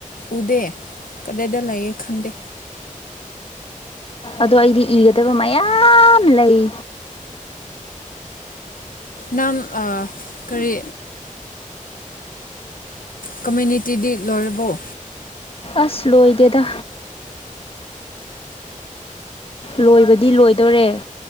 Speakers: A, on the left (about 80°); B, on the left (about 40°).
A: ꯎꯗ ꯀꯗꯥꯏꯗ ꯂꯩꯌꯦ ꯈꯟꯗꯦ
B: ꯑꯗꯣ ꯑꯩꯗꯤ ꯏꯒꯗꯕ ꯃꯌꯥꯝ ꯂꯩ
A: ꯅꯝ ꯀꯔꯤ ꯀꯃꯨꯅꯤꯇꯤꯗꯤ ꯂꯣꯏꯔꯕꯎ
B: ꯑꯁ ꯂꯣꯏꯗꯦꯗ ꯂꯣꯏꯕꯗꯤ ꯂꯣꯏꯗꯣꯔꯦ